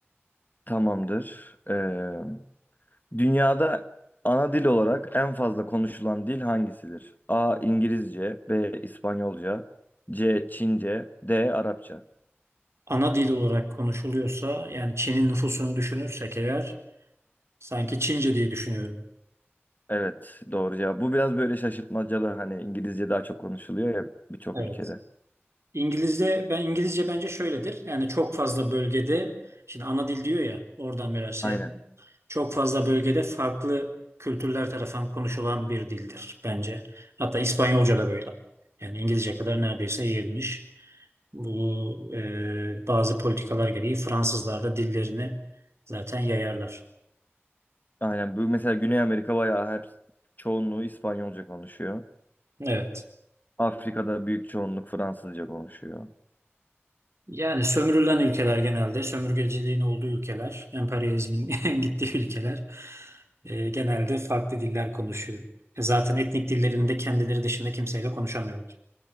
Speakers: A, on the left (about 40°); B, on the right (about 85°).
A: Tamamdır. Ee, dünyada ana dil olarak en fazla konuşulan dil hangisidir? A. İngilizce B. İspanyolca C. Çince D. Arapça
B: ana dil olarak konuşuluyorsa yani Çin'in nüfusunu düşünürsek eğer sanki Çince diye düşünüyorum.
A: Evet doğru cevap. Bu biraz böyle şaşırtmacalı hani İngilizce daha çok konuşuluyor ya birçok
B: Evet.
A: ülkede.
B: İngilizce ben İngilizce bence şöyledir. Yani çok fazla bölgede şimdi ana dil diyor ya oradan biraz şey
A: Aynen.
B: yap. Çok fazla bölgede farklı kültürler tarafından konuşulan bir dildir bence. Hatta İspanyolca da böyle. Yani İngilizce kadar neredeyse yayılmış. Bu e, bazı politikalar gereği Fransızlar da dillerini zaten yayarlar.
A: Aynen. Bu mesela Güney Amerika bayağı hep çoğunluğu İspanyolca konuşuyor.
B: Evet.
A: Afrika'da büyük çoğunluk Fransızca konuşuyor.
B: Yani sömürülen ülkeler genelde, sömürgeciliğin olduğu ülkeler, emperyalizmin <laughs> gittiği ülkeler e, genelde farklı diller konuşuyor. E, zaten etnik dillerinde kendileri dışında kimseyle konuşamıyorlar.